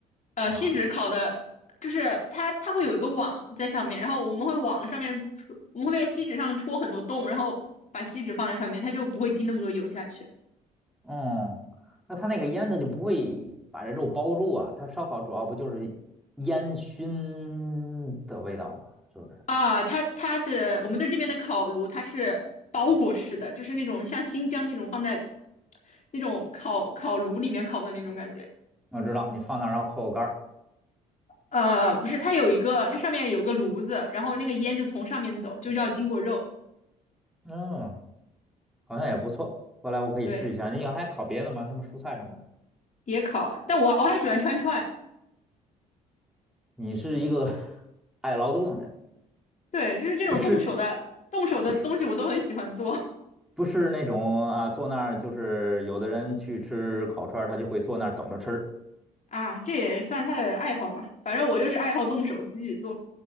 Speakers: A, on the left; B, in the centre.
A: 呃锡纸烤的，
B: 啊？
A: 就是它它会有一个网在上面，然后我们会往上面戳我们会在锡纸上戳很多洞，然后把锡纸放在上面，它就不会滴那么多油下去
B: 嗯，那它那个烟它就不会把这肉包住啊，它烧烤主要不就是烟熏的味道吗？是不是？
A: 啊。它它的我们的这边的烤炉它是包裹式的，就是那种像新疆那种放在那种烤烤炉里面烤的那种感觉。
B: 我知道你放那儿然后扣个盖儿。
A: 呃，不是，它有一个，它上面有一个炉子，然后那个烟就从上面走，就要经过肉。
B: 嗯，好像也不错。过来我可以试一下。
A: 对。
B: 你还烤别的吗？什么蔬菜什么的？
A: 也烤，但我我还喜欢串串，
B: 你是一个 <laughs> 爱劳动的人，
A: 对，就是这种动手的动手的东西我都很喜欢做
B: 不是不是不是那种啊，坐那儿就是有的人去吃烤串儿，他就会坐那儿等着吃。
A: 啊，这也算他的爱好吧，反正我就是爱好动手自己做，